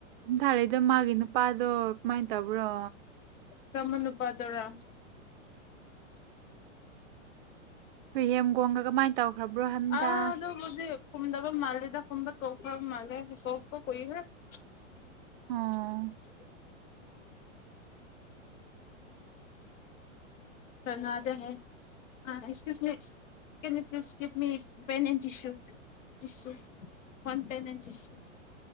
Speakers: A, on the right; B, on the left.
A: ꯊꯥꯂꯛꯏꯗ ꯃꯥꯒꯤ ꯅꯨꯄꯥꯗꯣ ꯀꯃꯥꯏꯅ ꯇꯧꯕ꯭ꯔꯣ
B: ꯀꯃꯅꯨꯄꯥꯗꯨꯔ
A: ꯍꯨꯍꯦꯝꯒꯣꯡꯒ ꯀꯃꯥꯏꯅ ꯇꯧꯈ꯭ꯔꯕ꯭ꯔꯣ ꯍꯥꯏꯕꯅꯤꯗ
B: ꯑ ꯑꯗꯨꯗ ꯍꯧꯗꯤ ꯈꯨꯝꯗꯕ ꯃꯥꯂꯦꯗ ꯐꯕ ꯇꯣ ꯃꯥꯂꯦ ꯀꯣ ꯀꯣ ꯀꯣꯏꯔꯦ <unintelligible>
A: ꯑꯣ
B: ꯆꯉꯣꯅꯦ ꯑꯁ ꯀ꯭ꯌꯨꯁꯃꯤ ꯀꯀꯤꯞ ꯄꯅꯦ ꯆꯤꯨ ꯆꯤꯁꯨ ꯐꯟ ꯄꯦꯟ ꯑꯦ ꯆꯤꯁ